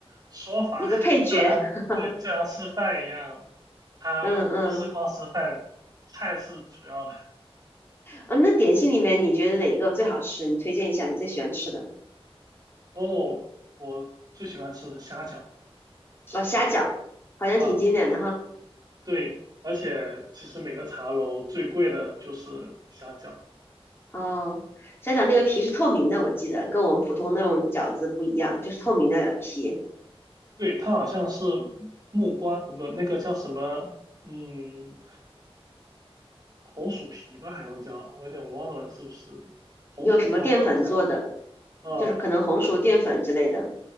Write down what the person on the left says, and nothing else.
一个配角。
<laughs>
嗯嗯，
啊，那点心里面你觉得哪个最好吃？你推荐一下你最喜欢吃的。
哦，虾饺好像挺经典的哈。
哦，虾饺那个皮是透明的，我记得跟我们普通那种饺子不一样，就是透明的皮，
用什么淀粉做的，
就是可能红薯淀粉之类的。